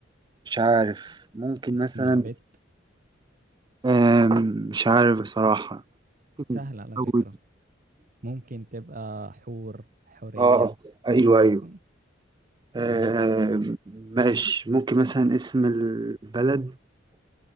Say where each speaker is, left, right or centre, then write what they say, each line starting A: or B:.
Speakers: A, on the right; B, on the right.
A: مش عارف ممكن
B: اسم
A: مثلا
B: البيت
A: آه مش عارف بصراحة <laughs> ممكن
B: سهل على
A: تزود
B: فكرة ممكن تبقى حور حورية
A: اه ايوه ايوه
B: مم،
A: آه
B: تمام
A: ماشي ممكن مثلا اسم البلد